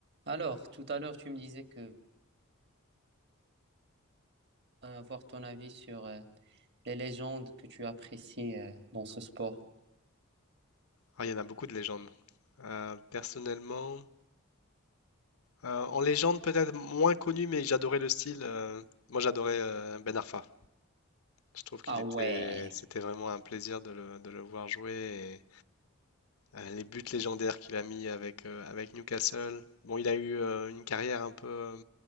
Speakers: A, on the right (about 50°); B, on the left (about 85°).
A: Alors, tout à l'heure, tu me disais que euh, avoir ton avis sur euh, les légendes que tu apprécies euh, dans ce sport.
B: Ah, il y en a beaucoup de légendes. Euh, personnellement, euh, en légende peut-être moins connu, mais j'adorais le style. euh, moi, j'adorais euh, Ben Arfa. Je trouve qu'il
A: Ah
B: était,
A: ouais.
B: c'était vraiment un plaisir de le, de le voir jouer. et, euh, les buts légendaires qu'il a mis avec, euh, avec Newcastle. Bon, il a eu euh, une carrière un peu. euh,